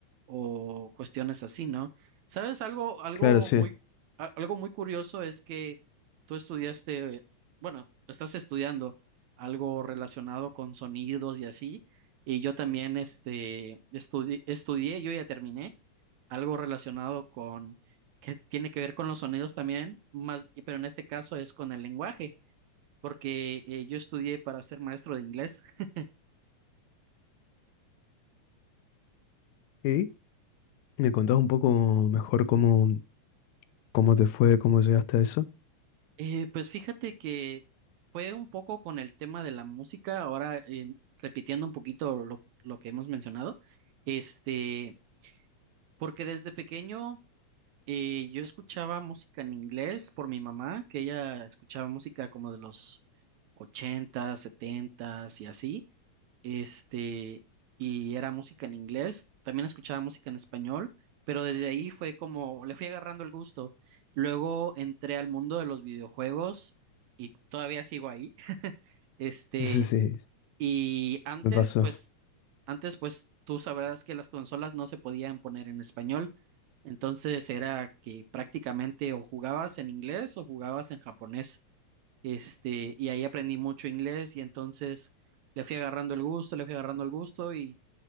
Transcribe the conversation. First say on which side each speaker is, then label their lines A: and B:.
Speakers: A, on the right; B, on the left.
A: o cuestiones así, ¿no? ¿Sabes? Algo, algo
B: claro, sí.
A: muy, a- algo muy curioso es que tú estudiaste, bueno, estás estudiando algo relacionado con sonidos y así, y yo también, este, estudi- estudié, yo ya terminé algo relacionado con, que tiene que ver con los sonidos también, más, y- pero en este caso es con el lenguaje, porque eh, yo estudié para ser maestro de inglés. <laughs>
B: ¿Y me contás un poco mejor cómo, cómo te fue, cómo llegaste a eso? <laughs>
A: Eh, pues fíjate que fue un poco con el tema de la música, ahora eh, repitiendo un poquito lo, lo que hemos mencionado, este, porque desde pequeño eh, yo escuchaba música en inglés por mi mamá, que ella escuchaba música como de los 80, 70 y así. este, y era música en inglés, también escuchaba música en español, pero desde ahí fue como, le fui agarrando el gusto. Luego entré al mundo de los videojuegos y todavía sigo ahí. <laughs> Este,
B: Sí, sí,
A: y antes,
B: me pasó.
A: pues, antes, pues, tú sabrás que las consolas no se podían poner en español. Entonces era que prácticamente o jugabas en inglés o jugabas en japonés. Este, y ahí aprendí mucho inglés y entonces le fui agarrando el gusto, le fui agarrando el gusto y